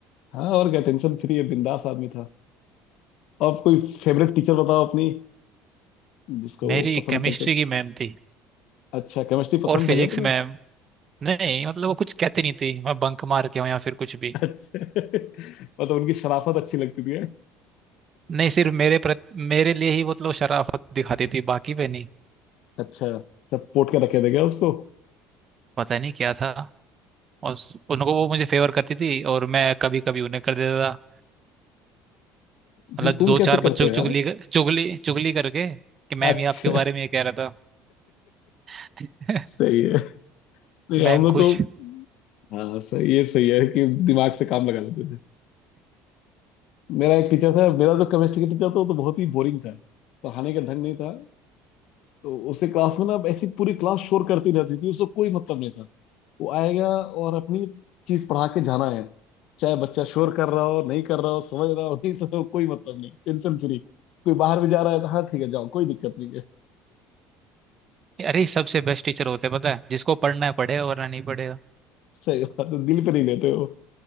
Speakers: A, on the left; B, on the right.
A: हाँ और क्या टेंशन फ्री है बिंदास आदमी था और कोई फेवरेट टीचर बताओ अपनी जिसको
B: मेरी
A: वो पसंद
B: केमिस्ट्री
A: करते थे
B: की मैम थी
A: अच्छा केमिस्ट्री पसंद
B: और फिजिक्स
A: था क्या तुम्हें
B: मैम नहीं मतलब वो कुछ कहती नहीं थी मैं बंक मार के हूँ या फिर कुछ भी
A: अच्छा <laughs> मतलब उनकी शराफत अच्छी लगती थी है?
B: नहीं सिर्फ मेरे प्रति मेरे लिए ही मतलब शराफत दिखाती थी बाकी पे नहीं
A: अच्छा सब पोट के रखे थे क्या उसको
B: पता नहीं क्या था और उस- उनको वो मुझे फेवर करती थी और मैं कभी कभी उन्हें कर देता था
A: भाई
B: मतलब
A: तुम
B: दो
A: कैसे
B: चार बच्चों
A: करते
B: की
A: हो
B: चुगली
A: यार
B: चुगली चुगली करके कि मैम
A: अच्छा
B: ये आपके बारे में ये कह रहा था <laughs>
A: सही है नहीं
B: मैम
A: हम लोग
B: खुश
A: तो हाँ सही ये सही है कि दिमाग से काम लगा लेते थे मेरा एक टीचर था मेरा जो केमिस्ट्री का टीचर था वो तो बहुत ही बोरिंग था पढ़ाने का ढंग नहीं था तो उससे क्लास में ना ऐसी पूरी क्लास शोर करती रहती थी उसको कोई मतलब नहीं था वो आएगा और अपनी चीज पढ़ा के जाना है चाहे बच्चा शोर कर रहा हो नहीं कर रहा हो समझ रहा हो नहीं समझ रहा हो कोई मतलब नहीं टेंशन फ्री कोई बाहर भी जा रहा है तो हाँ ठीक है जाओ कोई दिक्कत नहीं है
B: अरे सबसे बेस्ट टीचर होते हैं पता है जिसको पढ़ना है पढ़ेगा वरना नहीं पढ़ेगा
A: सही बात है, दिल पे नहीं लेते हो